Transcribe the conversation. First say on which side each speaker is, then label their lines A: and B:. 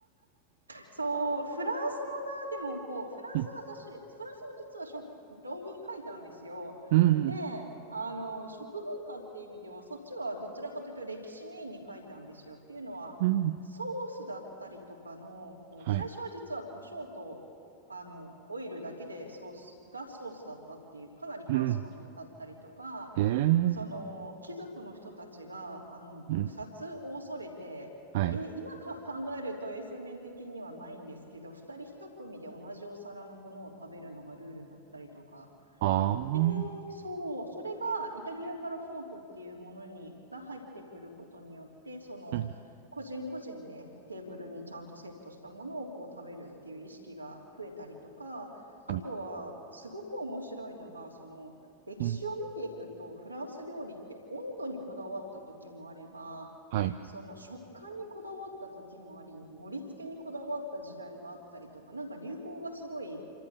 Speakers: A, on the right (about 80°); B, on the right (about 50°).
A: そう、フランスもな、でもこう、フランスは私、
B: うん。
A: フランスも実はしょ論文書いたんですよ。
B: うん。
A: で、あの、食文化っていう意味では、そっちはどちらかというと歴史メインに書いたんですよ。っていうのは、
B: うん。
A: ソースだったりとかの、こう、
B: はい。
A: 最初は実は胡椒と、あの、オイルだけでソースがソースだったっていう、かなり簡素なものだったりとか、
B: うん。へえ。
A: その貴族の人たちがあの毒殺を恐れてえ、
B: うん。はい。
A: 今か考えると衛生面的にはないんですけど、2人1組で同じお皿のものを食べるのがルールだったりとか、
B: ああ。
A: えー、そう、それがイタリアからフォークっていうものにが入ってくることによって、その個人個人でテーブルにちゃんとセットしたものをこう食べるっていう意識が増えたりとか、
B: うん。
A: あとはすごく面白いのが、
B: はい
A: その歴史を見ていくと、
B: うん
A: フランス料理って温度にこだわった時もあれば、
B: はい。
A: その食感にこだわった時もあり、盛り付けにこだわった時代があったりとか、なんか流行がすごい